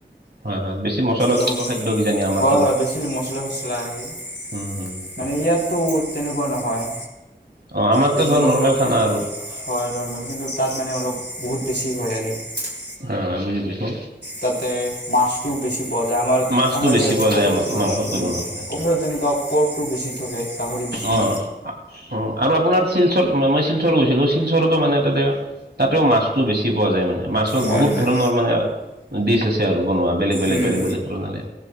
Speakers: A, on the right; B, on the left.
A: হয় হয় বেছি মছলাযুক্ত
B: অ'
A: খাদ্য কিজানি আমাৰ
B: হয় হয় বেছি মছলা চছলা আছিল আৰু সেই
A: উম উম
B: মানে ইয়াততো তেনেকোৱা নহয়
A: অ আমাৰতো
B: বেছি
A: ধৰ
B: মছলা
A: নৰ্মেল
B: চছলা
A: খানা
B: নহয়
A: আৰু
B: হয় নৰ্মেল কিন্তু তাত মানে অলপ বহুত বেছি হয় আৰু সেই
A: অ অ বুজি পাইছো
B: তাতে মাছটো বেছি পোৱা যায় আমাৰ
A: মাছটো
B: আমাৰ
A: বেছি
B: ইয়াত
A: পোৱা
B: কোকৰাঝাৰত
A: যায় আমাৰ মাংসৰ
B: উম
A: তুলনাত হয়
B: কোকৰাঝাৰত যেনেকোৱা পৰ্কটো বেছি থাকে গাহৰি মছং
A: অ, অ আপোনাৰ শিলচৰ মই শিলচৰ গৈছিলো শিলচৰতো মানে তাতে তাতেও মাছটো বেছি পোৱা যায় মানে মাছৰ
B: হয়
A: বহুত
B: হয়
A: ধৰণৰ মানে ডিছ আছে আৰু বনোৱা বেলেগ বেলেগ
B: উম
A: বেলেগ বেলেগ প্ৰণালী